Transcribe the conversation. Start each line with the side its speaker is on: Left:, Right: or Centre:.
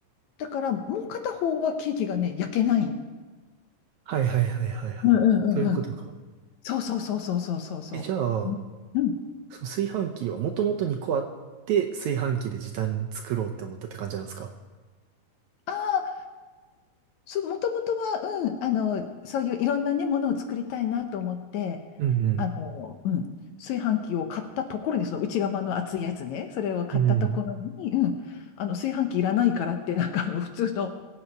Left: だからもう片方はケーキがね、焼けない。
Right: はいはいはいはいはい。
Left: うんうんうんうん。
Right: そういうことか。
Left: そうそうそうそうそうそうそう。
Right: え、じゃあ、
Left: うん。
Right: その炊飯器はもともと2個あって、炊飯器で時短作ろうって思ったって感じなんですか
Left: ああ、そう、もともとは、うん、あの、そういういろんなね、ものを作りたいなと思って、
Right: うん
Left: あの、うん、炊飯器を買ったところに、その内釜の熱いやつね、それを買ったところに、
Right: うん。うん。
Left: うん、あの、炊飯器いらないからって、なんかあの、普通の、